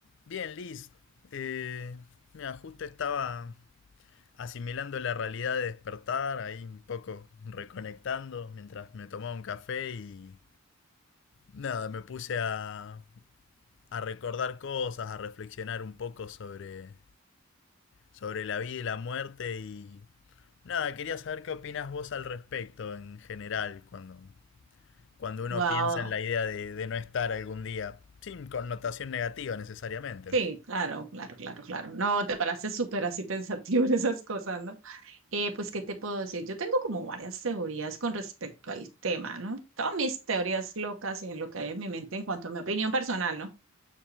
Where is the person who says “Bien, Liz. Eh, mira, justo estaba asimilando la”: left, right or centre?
Left